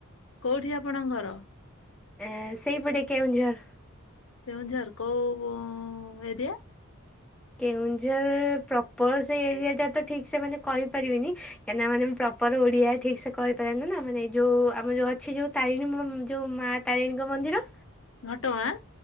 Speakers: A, on the left; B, in the centre.
A: କଉଠି ଆପଣଙ୍କ ଘର?
B: ଏ ସେଇପଟେ କେଉଁଝର।
A: କେଉଁଝର କଉ ଏରିଆ?
B: କେଉଁଝର ପ୍ରପରସେ ଏରିଆଟା ତ ଠିକ ସେ ମାନେ କହିପାରିବିନି। କାହିଁକନା ମାନେଁ ପ୍ରପର ଓଡିଆ ଠିକ ସେ କହିପାରେନି ନା ମାନେ ଯୋଉ ଆମର ଯୋଉ ଅଛି ଯୋଉ ତାରିଣୀ ମାଁ ତାରିଣୀଙ୍କ ମନ୍ଦିର
A: ଘଟଗାଁ